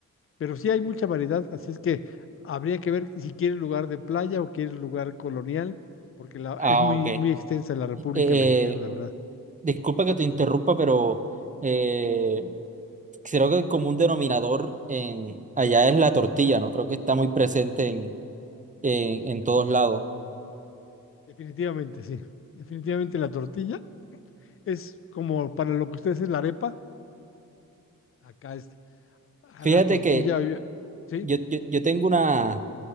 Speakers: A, on the left; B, on the right.
A: pero sí hay mucha variedad, así es que habría que ver si quieres lugar de playa o quieres lugar colonial, porque la,
B: Ah,
A: es muy,
B: ok. Eh,
A: muy extensa la República
B: eh,
A: Mexicana, la verdad.
B: disculpa que te interrumpa, pero eh, creo que el común denominador en, allá es la tortilla, ¿no? Creo que está muy presente en, en, en todos lados.
A: Definitivamente, sí. Definitivamente la tortilla es como para lo que ustedes es la arepa. Acá es a
B: Fíjate
A: la tortilla,
B: que
A: obvia- ¿sí?
B: Yo, yo, yo tengo una,